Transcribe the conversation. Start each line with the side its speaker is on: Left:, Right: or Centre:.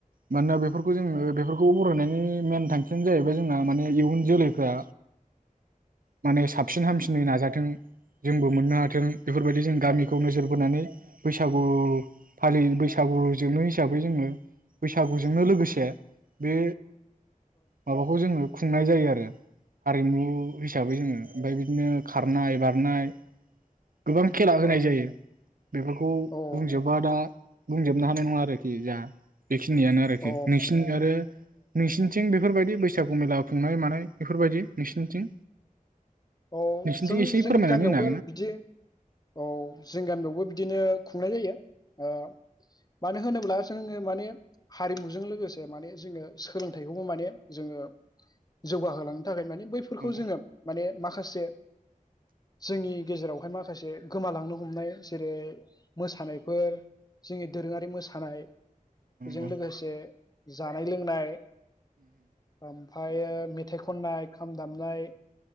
Right: मानोना बेफोरखौ जोङो बेफोर खौ बरायनायनि मेन थांखियानो जाहैबाय जोंना माने इयुन जोलैफ्रा माने साब फिन हामसिनै नाजाथों जोंबो मोननो हाथों थों बेफोरबायदि जों गामिखौ नोजोर बोनानै बैसागु फालि बैसागु जोबनो हिसाबै जोंङो बैसागु जोंनो लोगोसे बे माबाखौ जोङो खुंनाय जायो आरो हारिमु हिसाबै जोङो ओमफाय बिदिनो खारनाय बारनाय गोबां खेला होनाय
Left: औ
Right: जायो बेफोरखौ खौ
Left: औ
Right: बुंजोबा दा बुंजोबनो हानाय नङा आरोखि जा बेखिनियानो आरोखि
Left: अ
Right: नोंसिनि आरो नोंसिनिथिं बेफोरबायदि बैसागु मेला खुंनाय मानाय बेफोरबायदि नोंसिनिथिं
Left: औ
Right: नोंसिनिथिं
Left: जों
Right: एसे
Left: जोंनि
Right: फोरमायनानै
Left: गामियावबो
Right: होनो
Left: बिदि औ जोंनि गामियावबो बिदिनो खुं खुंनाय जायो ओ मानो होनोब्ला जोङो माने हारिमुजों लोगोसे जे माने जोङो सोलोंथाइखौबो माने जोङो जौगाहोलांनो थाखाय माने बैफोरखौ
Right: हागोन
Left: जोङो माने माखासे जोंनि गेजेरावहाय माखासे गोमालांनो हमनाय जेरै मोसानायफोर जोंनि दोरोङारि मोसानायजों
Right: ना
Left: लोगोसे जानाय लोंनाय ओमफायो मेथाइखौ खन्नाय खाम दामनाय